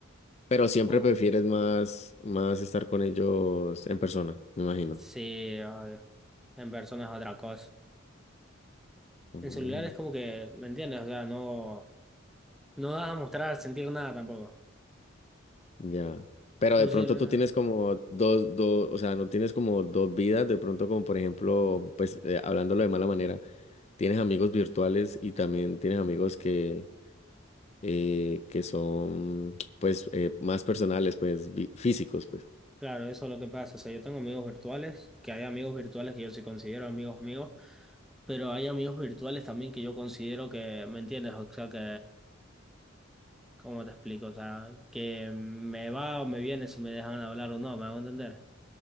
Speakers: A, on the left (about 30°); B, in the centre.
A: Pero siempre
B: O
A: prefieres más, más estar con ellos en persona, me imagino.
B: Sí, obvio. En personas otra cosa.
A: Mm,
B: En celular es como que, ¿me entiendes? O sea, no, no vas a mostrar, sentir nada tampoco.
A: ya. Pero
B: Por
A: de pronto
B: celu-
A: tú tienes como dos, dos, o sea, no tienes como dos vidas, de pronto como por ejemplo, pues eh, hablándolo de mala manera, tienes amigos virtuales y también tienes amigos que, eh, que son pues eh, más personales, pues vi- físicos, pues.
B: claro, eso es lo que pasa. O sea, yo tengo amigos virtuales, que hay amigos virtuales que yo sí considero amigos míos, pero hay amigos virtuales también que yo considero que, ¿me entiendes? O sea, que, ¿cómo te explico? O sea, que me va o me viene si me dejan hablar o no, ¿me hago entender?